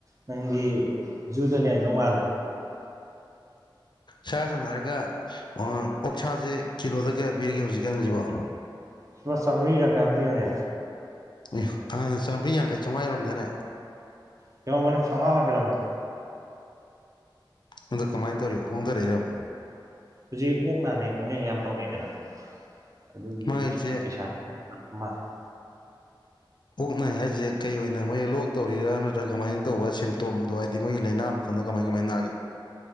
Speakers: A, on the right; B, on the left.
A: ꯅꯪꯗꯤ ꯖꯨꯗ ꯂꯩꯔꯝꯗꯧ ꯃꯥꯜꯂꯦ
B: ꯁꯥ ꯁꯟ ꯍꯥꯏꯔꯒ ꯑꯪ ꯑꯣꯛꯁꯥꯖꯦ ꯀꯤꯂꯣꯗ ꯀꯌꯥ ꯄꯤꯔꯤꯒꯦ ꯍꯧꯖꯤꯛꯀꯥꯟꯁꯤꯕꯣ
A: ꯄꯥ ꯆꯥꯝꯃ꯭ꯔꯤ ꯀꯌꯥꯅꯣꯝ ꯄꯤꯕꯅꯦ꯫
B: ꯑꯦ ꯍꯥꯟꯅ ꯆꯥꯝꯃ꯭ꯔꯤ ꯌꯥꯡꯈꯩ ꯆꯧꯉꯥ ꯌꯧꯔꯝꯗꯥꯢꯅꯦ꯫
A: <unintelligible>
B: ꯑꯗꯣ ꯀꯃꯥꯏꯟ ꯇꯧꯔꯤ ꯍꯣꯡꯗꯔꯛꯏꯔꯕ꯫
A: ꯍꯨꯖꯤꯛ ꯑꯣꯛ ꯅꯥꯅꯩ ꯈꯣꯠꯅꯩ ꯌꯥꯝ ꯇꯧꯅꯩꯗꯅ ꯑꯗꯨꯒꯤ
B: ꯃꯥꯒꯤꯁꯦ
A: ꯄꯩꯁꯥ <unintelligible>
B: ꯑꯣꯛ ꯅꯥꯢ ꯍꯥꯏꯖꯦ ꯀꯩ ꯑꯣꯏꯅ ꯃꯣꯏ ꯂꯣꯛ ꯇꯧꯔꯤꯔꯥ ꯅꯠꯇ꯭ꯔ ꯀꯃꯥꯏꯅ ꯇꯧꯕ ꯁꯤꯝꯇꯣꯝꯗꯣ ꯍꯥꯏꯗꯤ ꯃꯣꯏꯒꯤ ꯂꯩꯅꯥ ꯈꯟꯗꯣ ꯀꯃꯥꯏ ꯀꯃꯥꯏ ꯅꯥꯒꯦ꯫